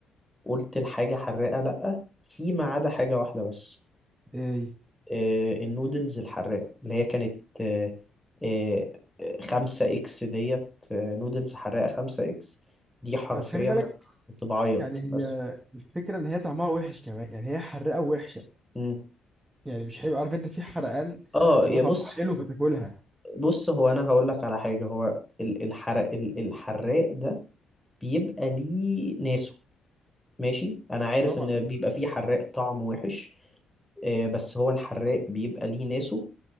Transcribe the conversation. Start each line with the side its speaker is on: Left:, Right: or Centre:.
Centre: قلت الحاجة حراقة لأ فيما عدا حاجة واحدة بس
Right: ايه
Centre: آه، النودلز الحراقة اللي هي كانت آه، آه، خمسة إكس ديت آه، نودلز حراقة خمسة إكس دي حرفيا
Right: بس خلي بالك
Centre: أنا كنت بعيط
Right: يعني هي
Centre: بس
Right: الفكره ان هي طعمها وحش كمان يعني هي حراقه وحشه
Centre: مم.
Right: يعني مش حلو عارف انت في حرقان
Centre: اه
Right: اللي
Centre: يا
Right: هو طعمها
Centre: بص
Right: حلو فتاكلها
Centre: بص هو أنا هقول لك على حاجة هو ال- الحرق ال- الحراق ده بيبقى ليه ناسه ماشي أنا عارف
Right: آه، طبعا
Centre: إن
Right: آه.
Centre: بيبقى فيه حراق طعم وحش آه، بس هو الحراق بيبقى ليه ناسه